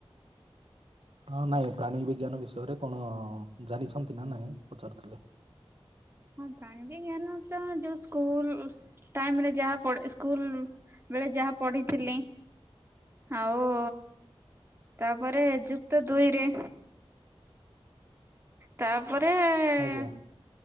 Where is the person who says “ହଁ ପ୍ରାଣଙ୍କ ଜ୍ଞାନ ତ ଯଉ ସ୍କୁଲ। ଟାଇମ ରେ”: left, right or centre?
Right